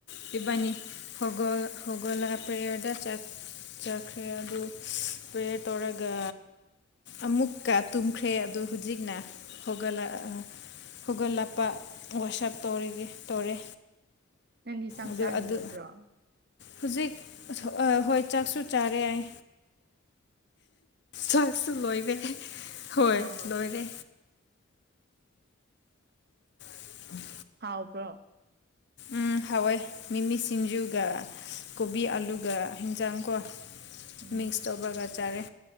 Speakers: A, on the left; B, on the right.
A: ꯄꯕꯥꯅꯤ ꯍꯒꯣꯜ ꯍꯒꯣꯂ ꯄ꯭ꯔꯦꯌꯔꯗ ꯆ ꯆꯈꯔꯤ ꯑꯗꯨ ꯑꯗꯨ ꯄꯦꯌꯔ ꯇꯣꯔꯒ ꯑꯃꯨꯛꯀ ꯇꯨꯝꯈ꯭ꯔꯦ ꯑꯗꯨ ꯍꯧꯖꯤꯛꯅ ꯍꯧꯒꯠꯂꯛ ꯍꯧꯒꯜꯂꯛꯞꯄ ꯋꯥꯁꯞ ꯇꯧꯔꯤꯒꯦ ꯇꯧꯔꯦ
B: ꯅꯪꯗꯤ ꯆꯥꯛ
A: ꯑꯗꯨ
B: ꯆꯥꯈꯤꯔꯣꯏꯗ꯭ꯔꯣ
A: ꯑꯗꯨ ꯍꯧꯖꯤꯛ ꯍꯣꯏ ꯆꯥꯛꯁꯨ ꯆꯥꯔꯦ ꯌꯥꯏ ꯆꯥꯛꯁꯨ ꯂꯣꯏꯔꯦ ꯍꯣꯏ
B: ꯑꯣ
A: ꯂꯣꯏꯔꯦ ꯎꯝ
B: ꯍꯥꯎꯕ꯭ꯔꯣ
A: ꯎꯝ ꯍꯋꯏ ꯃꯤꯃꯤ ꯁꯤꯡꯖꯨꯒ ꯀꯣꯕꯤ ꯑꯂꯨꯒ ꯍꯟꯖꯥꯡꯀꯣ
B: ꯎꯝ
A: ꯃꯁ ꯇꯕꯒ ꯆꯔꯦ